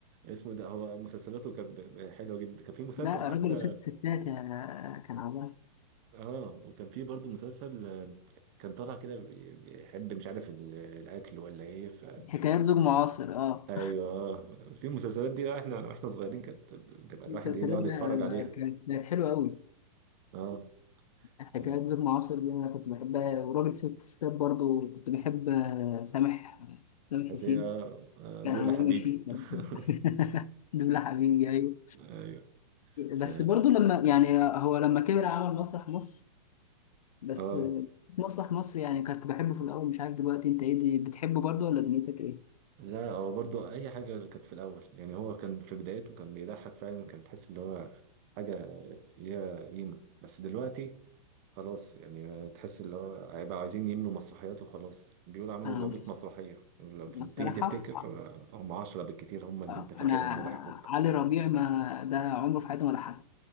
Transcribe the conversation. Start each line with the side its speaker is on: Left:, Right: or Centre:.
Right: اسمه ده هو مسلسلاته كانت ب- ب- حلوه جدا كان في مسلسل
Left: لا
Right: حتى
Left: راجل وست ستات يا- كان عبارة
Right: اه وكان في برضو مسلسل آه، كان طالع كده بي- بيحب مش عارف ال- الاكل ولا ايه ف...
Left: حكايات زوج معاصر اه
Right: ايوه اه في المسلسلات دي بقى احنا احنا صغيرين كانت بتبقى
Left: <laughs>
Right: الواحد
Left: المسلسلات
Right: ايه بيقعد
Left: دي
Right: يتفرج عليها
Left: كانت كانت حلوة أوي
Right: اه
Left: حكايات
Right: ف-
Left: زوج معاصر دي أنا كنت بحبها وراجل ست ستات برضه كنت بحب آه، سامح آه، سامح
Right: حسيت
Left: حسين
Right: اه آه،
Left: كان
Right: دول
Left: عالمي
Right: يا حبيبي
Left: فيه صراحة
Right: <laughs>
Left: <laughs> دبلة حبيبي أيوه
Right: ايوه ف
Left: بس برضه لما يعني هو لما كبر عمل مسرح مصر بس
Right: اه
Left: آه، مسرح مصر يعني كنت بحبه في الأول مش عارف دلوقتي أنت إيه دي بتحبه برضه ولا دنيتك إيه؟
Right: لا هو برضو اي حاجه كانت في الاول يعني هو كان في بدايته كان بيضحك فعلا كان تحس اللي هو حاجه ليها قيمه بس دلوقتي خلاص يعني تحس اللي هو هيبقى عايزين يملوا مسرحيات وخلاص بيقولوا عملوا
Left: أنا
Right: 400 مسرحيه لو تيجي
Left: أنا الصراحة
Right: تفتكر آه، هم 10 بالكتير هم اللي
Left: آه،
Right: انت فاكرهم
Left: أنا
Right: وضحكوك
Left: علي ربيع ما ده عمره في حياته ما ضحك